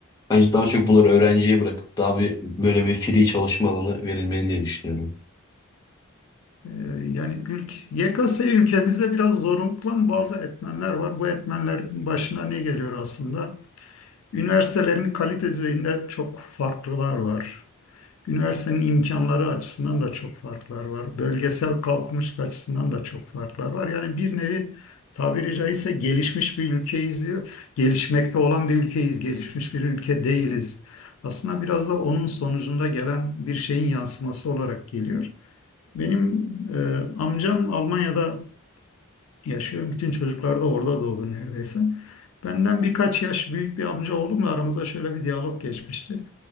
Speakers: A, on the left; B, on the left.
A: Bence daha çok bunları öğrenciye bırakıp daha bir böyle bir free çalışma alanı verilmeli diye düşünüyorum.
B: E, yani ülk, YKS ülkemizde biraz zorunlu bazı etmenler var. Bu etmenlerin başına ne geliyor aslında? Üniversitelerin kalite düzeyinde çok farklılar var. Üniversitenin imkanları açısından da çok farklar var. Bölgesel kalkınmışlık açısından da çok farklar var. Yani bir nevi tabiri caizse gelişmiş bir ülkeyiz diyor. Gelişmekte olan bir ülkeyiz, gelişmiş bir ülke değiliz. Aslında biraz da onun sonucunda gelen bir şeyin yansıması olarak geliyor. Benim e, amcam Almanya'da yaşıyor. Bütün çocuklar da orada doğdu neredeyse. Benden birkaç yaş büyük bir amca oğlumla aramızda şöyle bir diyalog geçmişti.